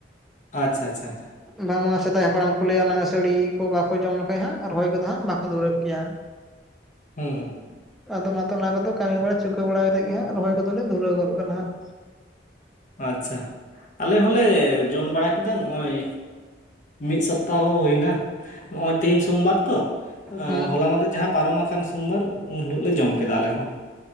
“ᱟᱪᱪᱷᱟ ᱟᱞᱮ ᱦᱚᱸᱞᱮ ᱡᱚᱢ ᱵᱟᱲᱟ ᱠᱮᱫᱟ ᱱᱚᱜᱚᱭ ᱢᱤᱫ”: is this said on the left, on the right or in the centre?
Left